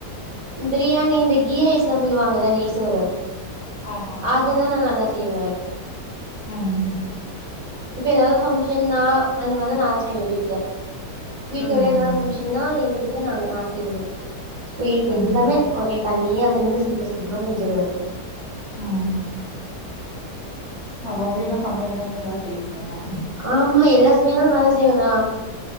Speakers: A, on the right; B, on the left.
A: பிரியாணி இந்த கீ ரைஸ்லாம் சொல்லுவாங்கல்ல நெய் சோரு
B: ஆமா.
A: அதல்லா நா நல்லா செய்வே
B: ம் ம்
A: இப்ப ஏதாவது ஃபங்க்ஷனா அந்த மாரிதா நா தா செய்வே வீட்ல வீட்டோட
B: ம்
A: எதாவது ஃபங்க்ஷனா
B: ம்
A: எங்க வீட்டுல நாங்க நா செய்வே ஸ்வீட்
B: ம்ஹ்ம்
A: எல்லாமே ஒரே தனியாள் நின்னு சீக்கிரம் சீக்கிரமா செஞ்சிருவே
B: ம் ஆமா உங்க வீட்ல சமையல்னா நீங்கதா செய்வீங்கல்லாம்
A: ஆமா எல்லா மே நல்லா செய்வ நா